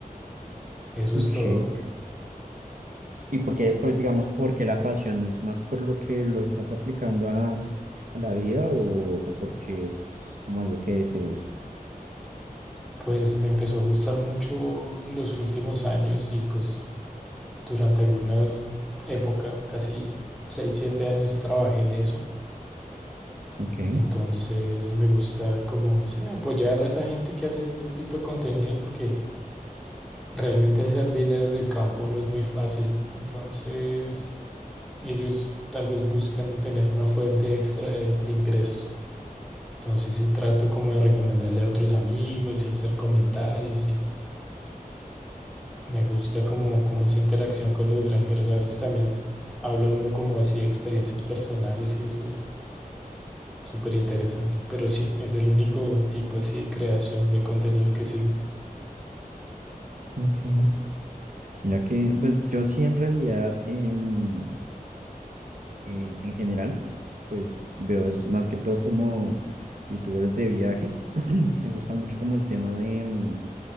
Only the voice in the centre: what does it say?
eso
es todo.
Pues me empezó a gustar mucho en los últimos años y pues durante alguna época, casi 6 7 años trabajé en eso.
Entonces me gusta como, no sé, apoyar a esa gente que hace ese tipo de contenido porque Realmente hacer dinero en el campo no es muy fácil, entonces ellos tal vez buscan tener una fuente extra de, de ingresos. Entonces sí trato como de recomendarle a otros amigos y hacer comentarios y me gusta como, como esa interacción con los granjeros. A veces también habla uno como así de experiencias personales y eso es súper interesante. Pero sí, es el único tipo así de creación de contenido que sigo.